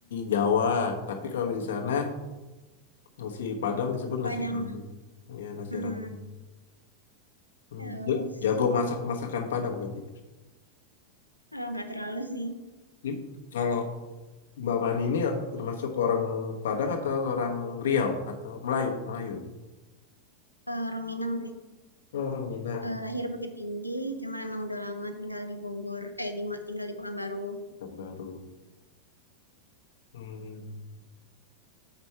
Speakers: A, on the left (about 60°); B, on the left (about 85°).
A: Jawa, tapi kalau di sana nasi Padang disebut
B: Nasi
A: nasi
B: Padang.
A: rames. Ya, nasi
B: Mm-mm.
A: rames. Hmm,
B: Terus
A: ja- Jago masak masakan Padang berarti.
B: eh, nggak terlalu sih
A: Di- Kalau Mbak Fani ini termasuk orang Padang atau orang Riau atau Melayu? Melayu.
B: Eh, orang Minang sih.
A: Oh, Orang Minang.
B: Eh, lahir Bukit Tinggi, cuman emang udah lama tinggal di Bogor, eh di, tinggal di Pekanbaru.
A: Orang baru. Hmm,